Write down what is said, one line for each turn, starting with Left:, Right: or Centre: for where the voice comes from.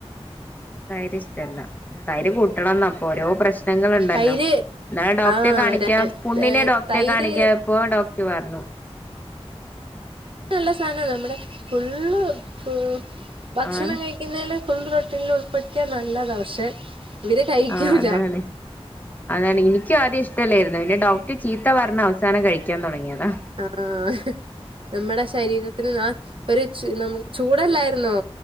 Left: തൈര് ഇഷ്റ്റല്ല ഉം തൈര് കൂട്ടണംന്നപ്പൊ ഓരോ പ്രശ്നങ്ങള്ണ്ടല്ലോ
Right: തൈര്
Left: എന്നാഡോക്റ്റേകാണിക്കാം
Right: ആഹ് ര
Left: പുണ്ണിന് ഡോക്റ്റേ
Right: തൈര്
Left: കാണിക്ക്യാപ്പോ ഡോക്റ്റ്പറഞ്ഞു
Right: നല്ല സാനല്ലേ നമ്മുടെ ഫുള്ള് ഫുൾ ഭക്ഷണം
Left: ആണ്
Right: കഴി ഇന്നലെ ഫുള്ള് റൊട്ടീലുൾപ്പെടുത്തിയാ നല്ലതാ പക്ഷെ ഇവര് കഴിക്കൂല
Left: ആഹ് അതാണ് അതാണ് ഇനിക്ക്യാധ്യേ ഇഷ്ടല്ലായിരുന്നു പിന്നെ ഡോക്റ്റ് ചീത്ത പറഞ്ഞഅവ സാനം കഴിക്ക്യാതുടങ്ങിയതാ
Right: ആഹ് ആഹ് നമ്മടെ ശരീരത്തിന് ആഹ് ഒരുചു നമ്മ ചൂടല്ലായിരുന്നോ